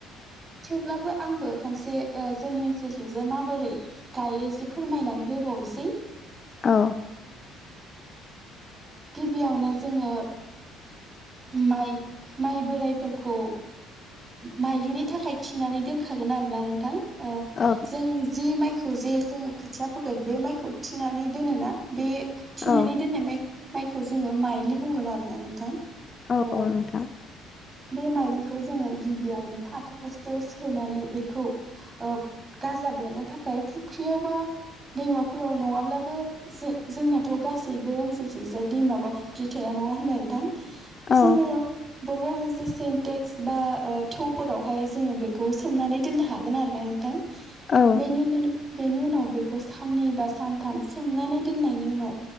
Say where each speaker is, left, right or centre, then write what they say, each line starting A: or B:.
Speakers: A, on the right; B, on the left.
A: थेवब्लाबो आंबो खनसे जोंनि ओनसोलजों जे माबोरै गायो एसे फोरमायनानै होबावनोसै
B: औ
A: गिबियावनो जोङो माइ माइ बोरायफोरखौ माइलिनि थाखाय थिनानै दोनखागोन आरो ना नोंथां
B: औ
A: जों जि माइखौ जे जोङो खोथिया फोगोन बे माइखौ थिनानै दोनोना? बे थिनानै
B: औ
A: दोननाय माइ माइखौ जोङो माइलि बुंगोन आरोना नोंथां।
B: औ
A: ओ
B: औ नोंथां
A: बे माइलिखौ जोङो गिबियावनो फाथो बस्थायाव सोनानै बेखौ ओ गाजा बेरनो थाखाय फुख्रियाव बा दैमाफोराव नङाब्लाबो जों जोंनाथ' गासैबो ओनसोलसो जाय दैमा बा फुख्रि थाया नङा होनब्ला नोंथां
B: औ
A: जोङो बबेबा मोनसे सिन्टेक्स बा ओ थौफोरावहाय जोङो बेखौ सोमनानै दोननो हागोन आरो ना नोंथां
B: औ
A: बेनि उनावनो बेनि उनाव बेखौ साननै बा सानथाम सोमनानै दोननायनि उनाव